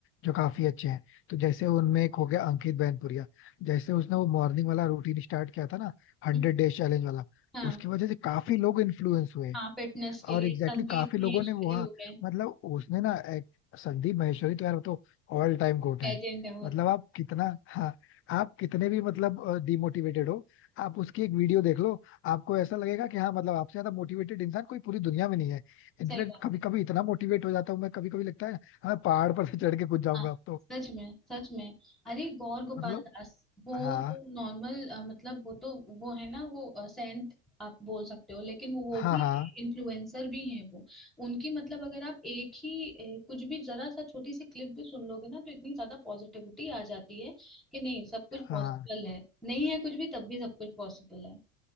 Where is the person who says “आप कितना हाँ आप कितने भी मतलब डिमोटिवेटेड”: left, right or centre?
Left